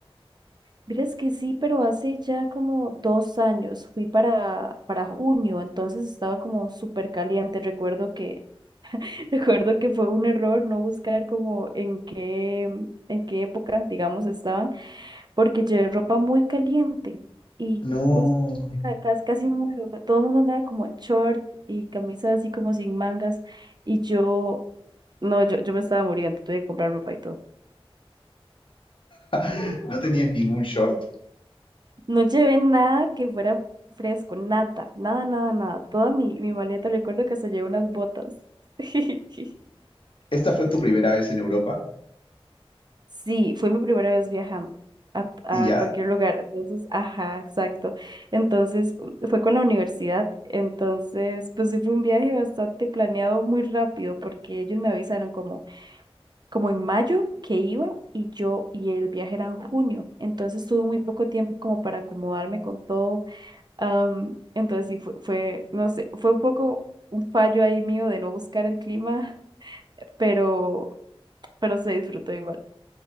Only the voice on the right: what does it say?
Miras que sí, pero hace ya como dos años, fui para, para junio, entonces estaba como súper caliente. Recuerdo que, <laughs> recuerdo que fue un error no buscar como en qué, en qué época, digamos, estaban, porque llevé ropa muy caliente y
uf, ca- casi, casi muero. Todo el mundo andaba como en short y camisas así como sin mangas y yo, no, yo, yo me estaba muriendo, tuve que comprar ropa y todo.
No llevé nada que fuera fresco, nada, nada, nada, nada. Toda mi, mi maleta, recuerdo que se llevé unas botas. <laughs>
Sí, fue mi primera vez viajando a,
a cualquier lugar. Entonces, ajá, exacto. Entonces, u- fue con la universidad. Entonces, pues sí fue un viaje bastante planeado muy rápido porque ellos me avisaron como, como en mayo que iba y yo y el viaje era en junio. Entonces, tuve muy poco tiempo como para acomodarme con todo Am, entonces sí, fue, fue, no sé, fue un poco un fallo ahí mío de no buscar el clima, pero, pero se disfrutó igual.